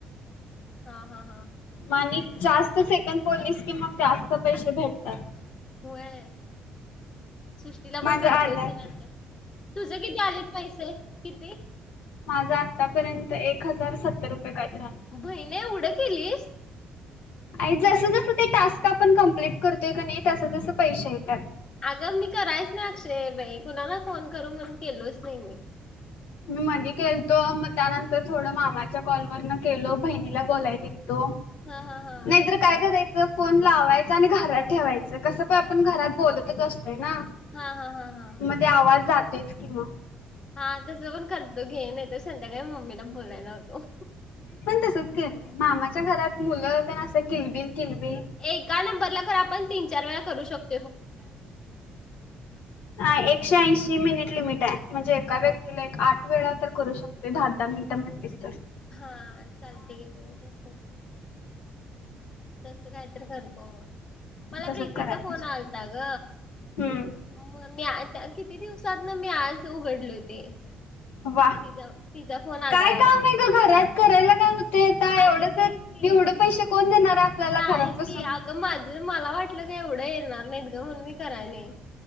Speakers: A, on the left; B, on the left.
A: हा हा हा.
B: म आणि जास्त सेकंद बोल्लीस की मग जास्त पैसे भेटत्यात.
A: होय. सृष्टीला पण
B: माझं
A: करतो
B: आलात
A: की नंतर तुझं किती आलेत पैसे किती?
B: माझ आतापर्यंत एक हजार सत्तर रुपये कायतरी.
A: बहिणे येउढं केलीस.
B: आणि जस जसं ते टास्क आपण कंप्लीट करतोय कनि तस तस पैसे येतात.
A: अगं मी करायच नाही अक्षे बाई कुणाला फोन करू म्हणून केलोच नाही मी.
B: मी मधी केलतो मग त्यानंतर थोडं मामाच्या कॉलवरन केलो बहिणीला बोलायदिल तो नाहीतर
A: हा हा हा
B: काय कराय च फोन लावायचा आणि घरात ठेवायचं कसं पण आपण घरात बोलतच असतो. ना
A: हा हा हा हा.
B: मग ते आवाज जातोयच कि म.
A: हा तस पण करतो घेन नाई तर संध्याकाळी मम्मीला बोलायला होतो.
B: तसच केलं मामाच्या घरात मुलं तेन असत्यात किलबिल किलबिल
A: एका नंबरला खर आपण तीन चार वेळा करू शकतो.
B: हा एकशे ऐंशी. ती मिनिट लिमिट हाय म्हणजे एका व्यक्तीला एक आठ वेळा तर करू शकतोय दहा दहा मिनिट म्हणली
A: हा चालते गे तस काहीतर करतो मग. मला
B: तसंच
A: प्रीतीचा
B: करायला
A: फोन
B: पाहिजे
A: आलता ग
B: हम्म
A: म मी आता किती दिवस सातन मी आज उघडलोय ते
B: वा
A: तिजा तिजा फोन आल्यावर.
B: काय काम आहे ग घरात करायला काय होतंय ता
A: अगं
B: एवढेच
A: तेच
B: हायत
A: की.
B: एवढं पैसे कोण देणार ता आपल्याला
A: नाहीच
B: घरात बसून.
A: की अगं माझं मला वाटलं का एवढं येणार नाहीत गं म्हणून मी करायले.